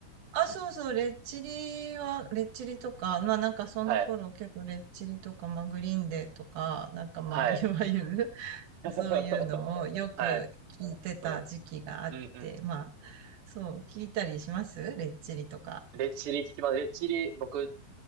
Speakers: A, on the right (about 65°); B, on the right (about 80°).
A: あ、そうそう、レッチリは、レッチリとか、まあなんかその頃結構レッチリとか、
B: はい。
A: まあグリーンデーとか、なんかまあいわゆる
B: はい。
A: <laughs>
B: <laughs>
A: そういうのをよく聞いてた時期があって、
B: はい。うん。うんうんうん。
A: まあそう、聞いたりしますレッチリとか。
B: レッチリ聞きます。レッチリ、僕、